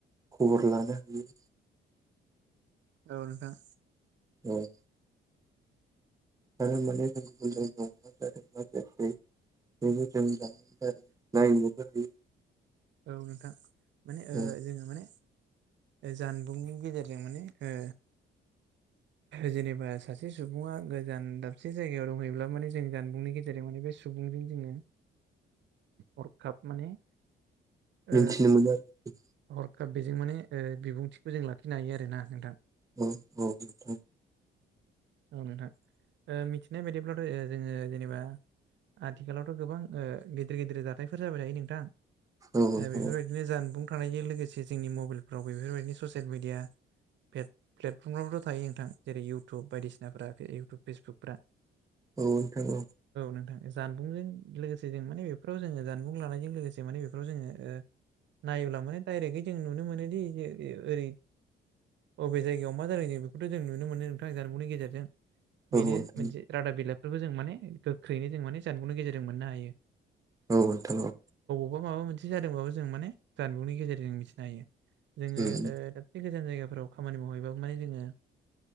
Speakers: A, on the right; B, on the right.
A: खबर लानो हायो।
B: औ नोंथां।
A: औ आरो माने जों गुबुन जायगायाव मा जादों मा? ए बेनो जों <unintelligible> नायनोबो हायो।
B: औ नोंथां माने ओ
A: औ
B: जोङो माने जानबुंनि गेजेरजों माने ओ जेनेबा सासे सुबुङा गोजान दाबसे जायगायाव दंहैब्ला माने जों जानबुंनि गेजेराव माने बे बे सुबुंजों जोङो हरखाब माने ओ
A: मिथिनो मोनो आर
B: हरखाब बेजों माने ओ बिबुंथिखो जों लाखिनो हायो आरोना नोंथां?
A: औ औ नोंथां।
B: औ नोंथां ओ मिथिनाय बायदिब्लाथ' ओ जोङो जेनेबा आथिखालावथ' गोबां ओ गिदिर गिदिर जाथायफोर जाबाय थायो नोंथां।
A: औ नोंथां
B: ओ बेफोरबायदिनो जानबुं थानायजों लोगोसे जोंनि मबाइलफ्राव बेफोरबायदिनो ससेल मिडिया पेट प्लेटफ्रमावबोथ' थायो नोंथां जेरै इउटुब बायदिसिनाफ्रा इउटुब फेसबुकफ्रा
A: औ नोंथां औ
B: नोंथां जानबुंजों लोगोसे जों माने बेफोराव जोङो जानबुं लानायजों लोगोसे माने बेफोराव जोङो ओ नायोब्ला माने दाइरेगै जों नुनो मोनोदि जे ओ ओरै अबे जायगायाव मा जालायदों बेखौथ' जों नुनो मोनो नोंथां जानबुंनि गेजेरजों। बेनो
A: औ नोंथां
B: मोनसे रादाब बिलाइफोरखौ जों माने गोख्रैनो जों माने जानबुंनि गेजेरजों मोननो हायो।
A: औ नोंथां औ
B: बवा माबा मोनसे जादोंबाबो जों माने जानबुंनि गेजेरजों मिथिनो हायो जोङो
A: उम
B: ओह दाख गोजान जायगाफोराव खामानि मावहैबाबो माने जोङो